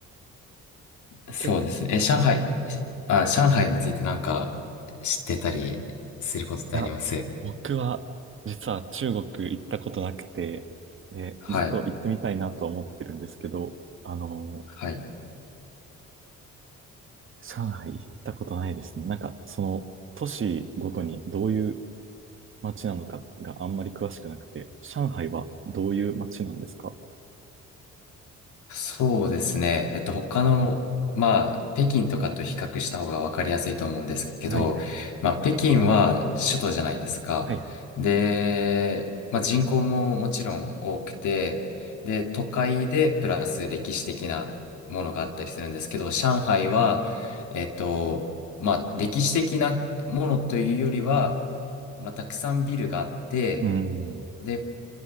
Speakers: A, on the left (about 75°); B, on the right (about 40°).
A: そうですね。
B: け、
A: え、上海、あ、上海についてなんか知ってたりすることってあります
B: いや、僕は実は中国行ったことなくて、で、
A: はい。
B: ずっと行ってみたいなとは思ってるんですけど、あの、
A: はい。
B: 上海行ったことないですね。なんか、その都市ごとにどういう街なのかがあんまり詳しくなくて、上海はどういう街なんですか
A: そうですね。えっと、他の、まあ、北京とかと比較した方がわかりやすいと思うんですけど、
B: はいはい。
A: まあ、北京は首都じゃないですか。
B: はいはい。
A: で、まあ、人口ももちろん多くて、で、都会でプラス歴史的なものがあったりするんですけど、上海は、えっと、まあ、歴史的なものというよりは、まあ、たくさんビルがあって、
B: うん。
A: で